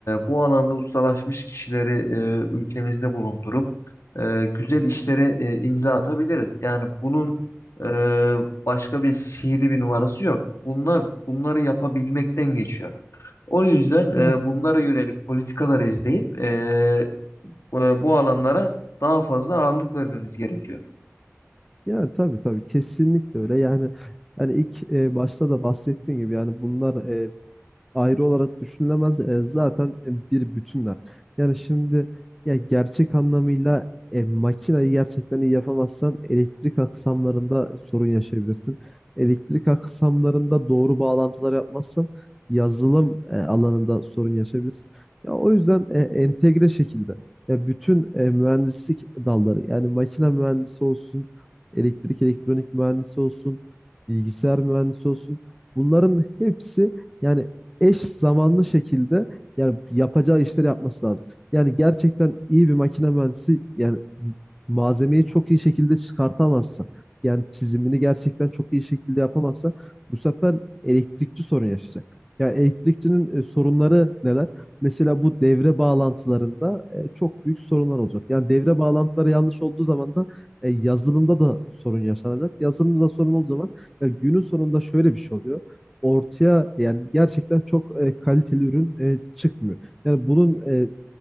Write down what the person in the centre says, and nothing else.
Ya
Yani tabii tabii kesinlikle öyle. Yani hani ilk e, başta da bahsettiğim gibi yani bunlar e, ayrı olarak düşünülemez. E, zaten e, bir bütünler. Yani şimdi ya gerçek anlamıyla e, makinayı gerçekten iyi yapamazsan elektrik aksamlarında sorun yaşayabilirsin. Elektrik aksamlarında doğru bağlantılar yapmazsan yazılım e, alanında sorun yaşayabilirsin. Ya o yüzden e, entegre şekilde ya bütün e, mühendislik dalları yani makine mühendisi olsun, elektrik elektronik mühendisi olsun, bilgisayar mühendisi olsun bunların hepsi yani eş zamanlı şekilde yani yapacağı işleri yapması lazım. Yani gerçekten iyi bir makine mühendisi yani malzemeyi çok iyi şekilde çıkartamazsa yani çizimini gerçekten çok iyi şekilde yapamazsa bu sefer elektrikçi sorun yaşayacak. Yani elektrikçinin e, sorunları neler? Mesela bu devre bağlantılarında e, çok büyük sorunlar olacak. Yani devre bağlantıları yanlış olduğu zaman da e, yazılımda da sorun yaşanacak. Yazılımda da sorun olduğu zaman ya günün sonunda şöyle bir şey oluyor ortaya yani gerçekten çok e, kaliteli ürün e, çıkmıyor. Yani bunun e,